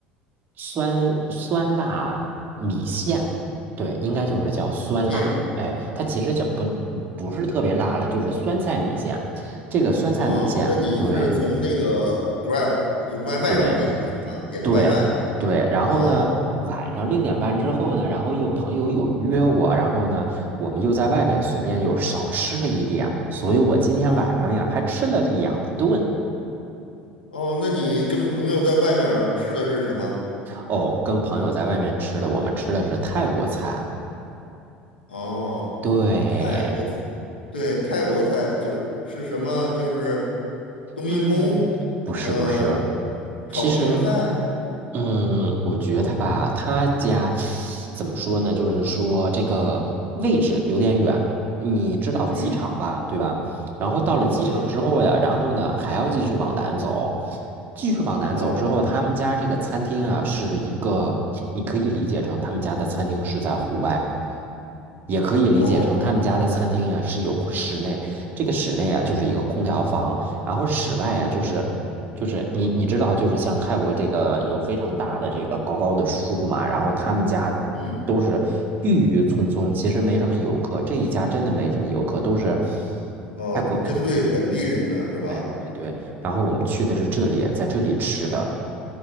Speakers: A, on the right (about 40°); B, on the left (about 80°).
A: 酸酸辣米线，对，应该就是叫酸辣，
B: 哦，米线。
A: 哎，它其实叫不不是特别辣了，就是酸菜米线。这个酸菜米线，
B: 哦，那你是从那个
A: 对
B: Grab 就是外卖上点的是吧？
A: 对。
B: 点的外卖。
A: 对对，然后呢，
B: 哦，
A: 晚上六点半之后呢，然后又朋友有约我，然后呢，我们又在外边随便又少吃了一点，所以我今天晚上呀还吃了两顿
B: 嗯，哦，那你跟朋友在外面儿吃的是什么？
A: 哦，跟朋友在外面吃的，我们吃的是泰国菜，
B: 哦，
A: 对，
B: 泰国，对，泰国菜就是是什么？就是冬阴功，
A: 嗯，不是不是，
B: 呃，炒红油菜。
A: 其实，嗯，我觉得吧，他家怎么说呢？就是说这个位置有点远，你知道机场吧，
B: 嗯，
A: 对吧？然后到了机场之后呀，
B: 对。
A: 然后呢还要继续往南走，继续往南走之后，
B: 哦，
A: 他们家这个餐厅啊是一个，你可以理解成他们家的餐厅是在户外，也可以理解成他们家的餐厅呀是有室内，
B: 哦，
A: 这个室内啊就是一个空调房。然后室外啊，就是就是你你知道，就是像泰国这个有非常大的这个高高的树嘛，然后他们家
B: 嗯，
A: 都是郁郁葱葱，其实没什么游客，这一家真的没什么游客，都是
B: 哦，
A: 泰国本地。
B: 针对本地人的是吧？
A: 对对对，然后我们去的是这里，
B: 嗯。
A: 在这里吃的